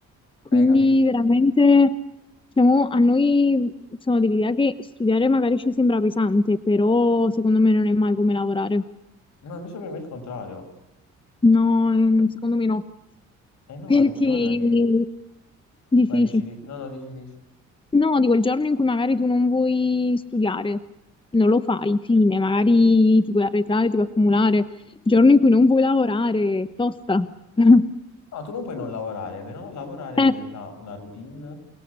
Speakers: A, on the left; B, on the left.
A: Quindi
B: Eh, capì?
A: veramente, diciamo, a noi sono dell'idea che studiare magari ci sembra pesante, però secondo me non è mai come lavorare.
B: No, invece per me è il contrario.
A: No, ehm, secondo me no,
B: Eh no,
A: <laughs> perché
B: ma perché guarda che...
A: dici, dici.
B: Vai, dici, di- no, no, dici, dici.
A: No, dico il giorno in cui magari tu non vuoi studiare, non lo fai, fine, magari ti puoi arretrare, ti puoi accumulare. Il giorno in cui non vuoi lavorare, è tosta. <laughs>
B: No, tu non puoi non lavorare, però lavorare
A: Eh,
B: diventa una routine